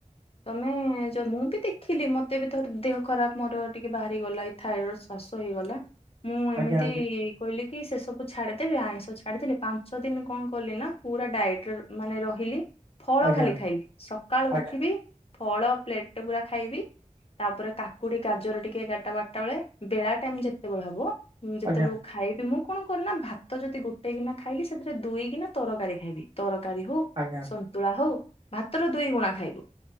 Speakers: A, on the left; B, on the right.
A: ତମେ ଯ ମୁଁ ବି ଦେଖିଲି ମତେ ବି ଥର ଦେହ ଖରାପ ମୋର ଟିକେ ବାହାରି ଗଲା ଏ। ଥାଇରଏଡ଼ ଶ୍ଵାସ ହେଇଗଲା ମୁଁ ଏମିତି।
B: ଆଜ୍ଞା
A: କହିଲି କି ସେ ସବୁ ଛାଡ଼ିଦେ ଆଇଁଷ ଛାଡ଼ିଦେଲି ପାଞ୍ଚ ଦିନ କଣ କଲି ନା ପୁରା ଡାଏଟ୍ ରେ ମାନେ ରହିଲି। ଫଳ
B: ଆଜ୍ଞା
A: ଖାଲି ଖାଇଲି ସକାଳୁ
B: ଆଜ୍ଞା
A: ଉଠିବି ଫଳ ପ୍ଲେଟ ପୁରା ଖାଇବି ତାପରେ କା। କୁଡି ଗାଜର ଟିକେ ଏଗାରଟା ବାରଟା ବେଳେ ବେଳା ଟାଇମ୍ ଯେତେବେଳେ ହବ ଯେତେବେଳେ।
B: ଆଜ୍ଞା
A: ଖାଇବି ମୁଁ କଣ କରେନା ଭାତ ଯଦି ଗୋଟେ ଗିନା ଖାଇଲି ସେଥିରେ ଦୁଇଗିନା ତରକାରୀ ଖାଇବି ତରକାରୀ ହଉ।
B: ଆଜ୍ଞା।
A: ସତୁଳା ହଉ ଭାତର ଦୁଇ ଗୁଣା ଖାଇବି